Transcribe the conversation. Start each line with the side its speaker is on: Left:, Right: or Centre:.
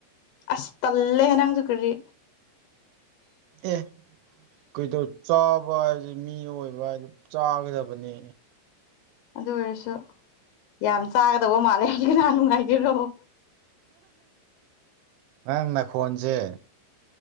Left: ꯑꯁ ꯇꯂꯦ ꯅꯪꯁꯨ ꯀꯔꯤ
Right: ꯑꯦ ꯀꯩꯗꯧ ꯆꯥꯕ ꯍꯥꯏꯕꯗꯤ ꯃꯤ ꯑꯣꯏꯕ ꯍꯥꯏꯗꯤ ꯆꯥꯒꯗꯕꯅꯤ
Left: ꯑꯗꯨ ꯑꯣꯏꯔꯁꯨ ꯌꯥꯝ ꯆꯥꯒꯗꯧꯕ ꯃꯥꯜꯂꯦ ꯍꯧꯖꯤ ꯅꯍꯥꯟ ꯅꯨꯡꯉꯥꯏꯕꯤꯔꯣ
Right: ꯅꯪ ꯅꯈꯣꯟꯁꯦ